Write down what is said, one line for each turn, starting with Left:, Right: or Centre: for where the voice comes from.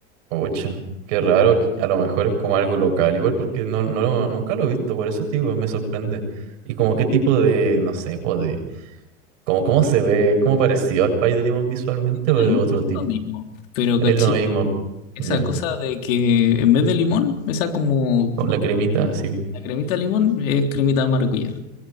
Right: Ocha, qué raro. que- A lo mejor es como algo local, igual porque no, no lo- nunca lo he visto, por eso, tío, me sorprende. Y como qué tipo de, no sé, pues de, como cómo se ve, cómo parecido al pay de limón visualmente
Left: Literalmente
Right: o de otro
Left: es
Right: tipo.
Left: lo mismo, pero
Right: Es
Left: caché
Right: lo mismo,
Left: que esa
Right: ya,
Left: cosa de que en vez de limón, esa como
Right: con la cremita así.
Left: La cremita de limón es cremita de maracuyá.